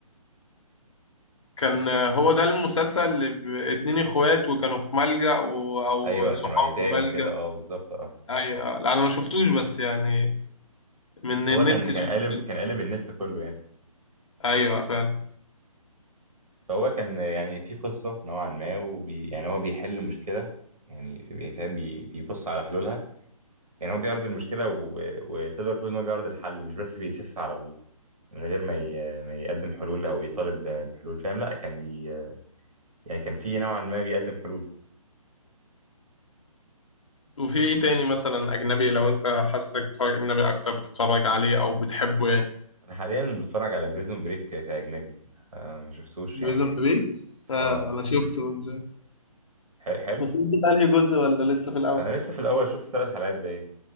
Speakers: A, on the left; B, on the right.
A: كان هو ده المسلسل اللي ب- اتنين اخوات وكانوا في ملجأ و... او
B: أيوة
A: صحاب
B: كانوا أيتام
A: في ملجأ
B: وكده أه بالظبط أه
A: ايوه لا انا ما شفتوش بس يعني من
B: هو
A: النت
B: كان كان
A: شفت
B: قالب كان قالب النت كله يعني
A: ايوه فعلا
B: فهو كان يعني في قصة نوعا ما وبي يعني هو بيحل مشكلة يعني بي- فاهم بي- بيبص على حلولها يعني هو بيعرض المشكله و... وتقدر تقول ان هو بيعرض الحل مش بس بيسف على ال... من غير ما ي... ما يقدم حلول او يطالب ب- بحلول فاهم لا كان بي يعني كان في نوعا ما بيقدم حلول
A: وفي ايه تاني مثلا اجنبي لو انت حاسك بتتفرج اجنبي اكتر بتتفرج عليه او بتحبه يعني
B: انا حاليا بتفرج على بريزون بريك كاجنبي آه ما شفتوش
A: بريزون
B: يعني
A: بريك آه
B: اه
A: أنا شفته من زمان
B: ح- حلو
A: بس انت انهي جزء ولا لسه في الاول
B: انا لسه في الاول شفت ثلاث حلقات باين